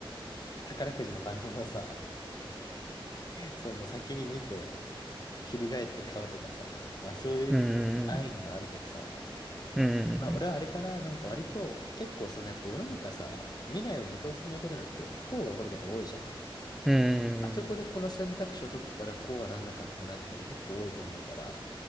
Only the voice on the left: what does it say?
宝くじの番号をさ、その先に見て、翻って買うとかさ、まあそういう安易なのはあるけどさ、
まあ俺はあれかな、なんか割と結構そのやっぱ世の中さ、未来を見通せないことによって不幸が起こることが多いじゃん。
あそこでこの選択肢を取ってたらこうはなんなかったなっていうのは結構多いと思うから、